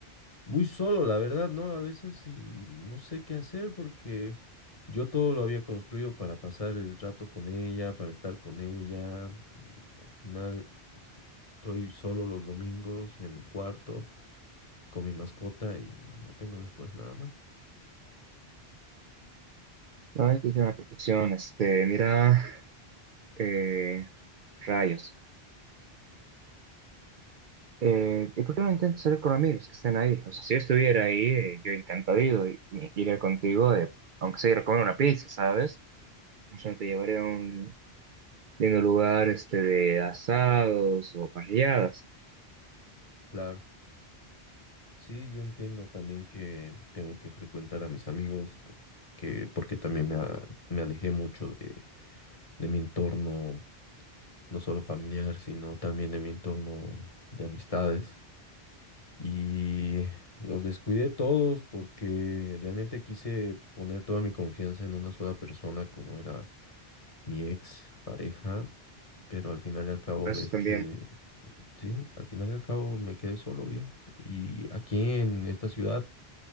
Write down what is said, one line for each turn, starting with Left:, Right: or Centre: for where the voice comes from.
Left: muy solo, la verdad, ¿no? A veces y no sé qué hacer porque yo todo lo había construido para pasar el rato con ella, para estar con ella y al final estoy solo los domingos en mi cuarto con mi mascota y no tengo después nada más.
Right: Ay, qué buena perfección. Este, mira, eh, rayos. Eh, ¿y por qué no intentas salir con amigos que estén ahí? O sea, si yo estuviera ahí, eh, yo encantado y, y iría contigo, eh, aunque sea ir a comer una pizza, ¿sabes? O sea, te llevaría a un lindo lugar, este, de asados o parrilladas.
Left: Claro. Sí, yo entiendo también que tengo que frecuentar a mis amigos porque, porque también me, a- me alejé mucho de, de mi entorno, no solo familiar, sino también de mi entorno de amistades. y los descuidé todos porque realmente quise poner toda mi confianza en una sola persona como era mi ex pareja, pero al final y al cabo
Right: Eso
Left: ves
Right: también.
Left: que sí, al final y al cabo me quedé solo, viejo. Y aquí en esta ciudad